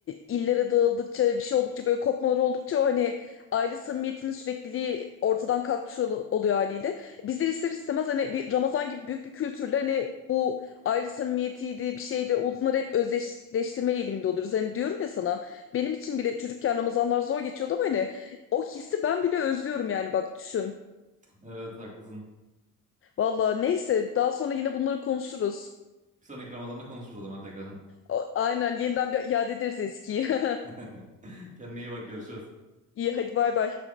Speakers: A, on the left; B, on the right.
A: illere dağıldıkça bir şey oldukça böyle kopmalar oldukça o hani aile samimiyetinin sürekliliği ortadan kalkmış ol- oluyor haliyle. Bizler ister istemez hani bir Ramazan gibi büyük bir kültürle hani bu aile samimiyetiydi bir şeydi onları hep özdeşleştirme eğiliminde oluruz. Hani diyorum ya sana benim için bile çocukken Ramazanlar zor geçiyordu ama hani o hissi ben bile özlüyorum yani bak düşün.
B: Evet haklısın.
A: Valla neyse daha sonra yine bunları konuşuruz.
B: Bir sonraki Ramazan'da konuşuruz o zaman tekrar.
A: O- Aynen yeniden bir iade ederiz eskiyi. <laughs>
B: <laughs> Kendine iyi bak görüşürüz.
A: İyi hadi bay bay.